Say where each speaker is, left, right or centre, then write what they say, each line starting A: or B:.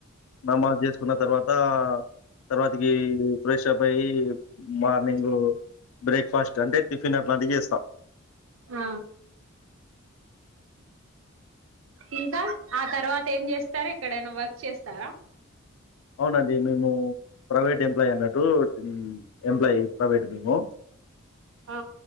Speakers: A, on the left (about 75°); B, on the right (about 65°).
A: నమాజ్ చేసుకున్న తర్వాత తర్వాతికి ఫ్రెష్ అప్ అయ్యి మార్నింగ్ బ్రేక్ఫాస్ట్ అంటే టిఫిన్ అట్లాంటివి చేస్తా.
B: ఆ ఇంకా ఆ తర్వాత ఏం చేస్తరు ఎక్కడైనా వర్క్ చేస్తరా.
A: అవునండి మేము ప్రైవేట్ ఎంప్లాయీ అన్నట్టు ఎంప్లాయ్ ప్రైవేట్ మేము.
B: ఆ